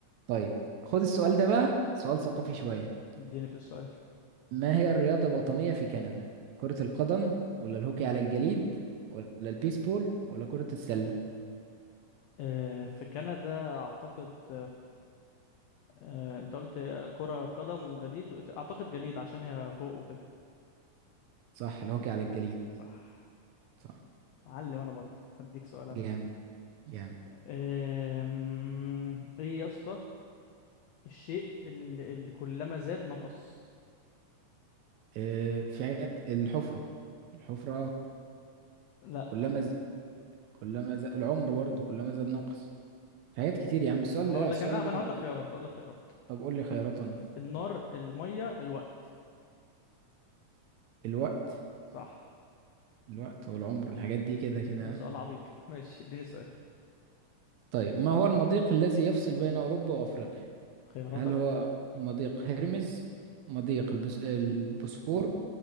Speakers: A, on the right; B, on the left.
A: طيب خد السؤال ده بقى سؤال ثقافي شوية
B: اديني في السؤال
A: ما هي الرياضة الوطنية في كندا؟ كرة القدم ولا الهوكي على الجليد ولا البيسبول ولا كرة السلة؟
B: آه، في كندا اعتقد آه، انت قلت كرة قدم وجليد وإيه تا- اعتقد جليد عشان هي فوق وكده
A: صح الهوكي على الجليد
B: صح
A: صح
B: علم انا برضه هديك سؤال انا
A: جامد جامد
B: آم، ايه يا اسطى الشيء اللي, اللي كلما زاد نقص
A: آه، في عيادة الحفرة الحفرة
B: لا
A: كلما ز... كلما ز... العمر برضه كلما زاد نقص في حاجات كتير يا عم السؤال
B: هقول
A: ده السؤال
B: لك انا
A: ده
B: ما انا هقول لك خيارات هقول لك خيارات
A: طب قول لي خيارات أنا
B: النار المية الوقت
A: الوقت
B: صح
A: الوقت والعمر الحاجات دي كده كده
B: ده سؤال عبيط كده <laughs> ماشي اديني سؤال
A: طيب ما هو المضيق الذي يفصل بين أوروبا وأفريقيا؟
B: خياراتك
A: هل هو مضيق هرمز مضيق البس... البوسفور